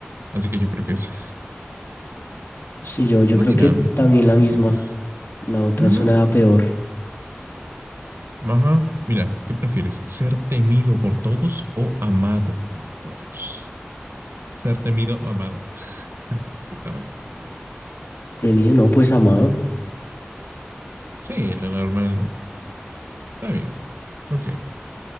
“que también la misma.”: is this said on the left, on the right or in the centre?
Left